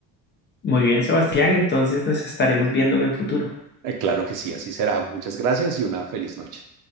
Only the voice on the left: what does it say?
Muy bien, Sebastián, entonces nos estaremos viendo en el futuro.